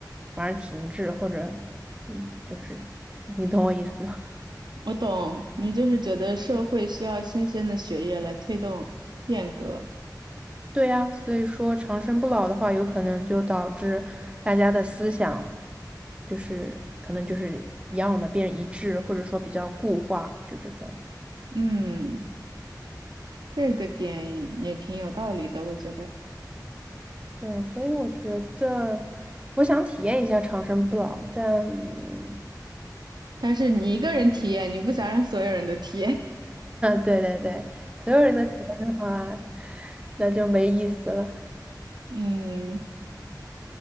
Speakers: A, on the right; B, on the right.
A: 反而停滞，或者嗯，就是你懂我意思吗？
B: 我懂，你就是觉得社会需要新鲜的血液来推动变革。
A: 对呀，所以说长生不老的话，有可能就导致大家的思想就是可能就是一样的，变一致，或者说比较固化，就这种。
B: 嗯，这个点也挺有道理的，我觉得。
A: 对，所以我觉得我想体验一下长生不老，但 <laughs>
B: 但是你一个人体验，你不想让所有人都体验。
A: 对对对，所有人的体验的话，那就没意思了。
B: <laughs> 嗯，